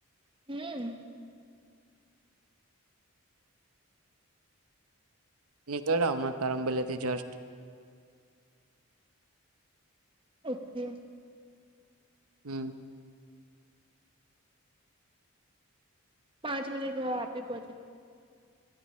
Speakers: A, on the right; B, on the right.
A: હમ્મ.
B: નીકળ્યા હમણા કરમ પેલે થી જસ્ટ.
A: ઓકે.
B: હું.
A: પાંચ મિનિટ વહાં પે પહુંચે.